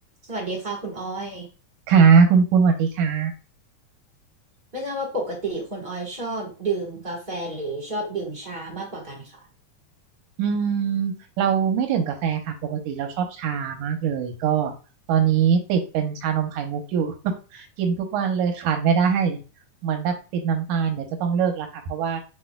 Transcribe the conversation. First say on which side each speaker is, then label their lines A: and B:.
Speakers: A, on the right (about 30°); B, on the right (about 85°).
A: สวัสดีค่ะคุณออย
B: ค่ะคุณปูนสวัสดีค่ะ
A: ไม่ทราบว่าปกติคุณออยชอบดื่มกาแฟหรือชอบดื่มชามากกว่ากันค่ะ
B: อืมเราไม่ดื่มกาแฟค่ะปกติเราชอบชามากเลยก็ตอนนี้ติดเป็นชานมไข่มุกอยู่ <laughs> กินทุกวันเลยขาดไม่ได้เหมือนแบบติดน้ำตาลเดี๋ยวจะต้องเลิกแล้วค่ะเพราะว่า